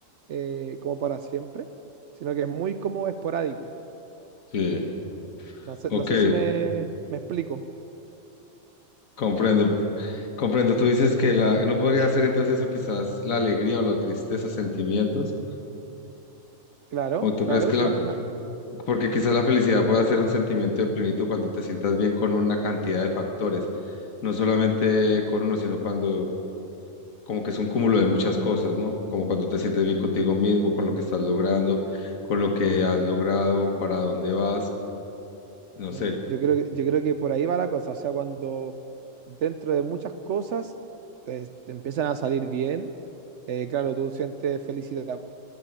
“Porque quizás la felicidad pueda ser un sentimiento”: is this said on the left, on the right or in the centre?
Left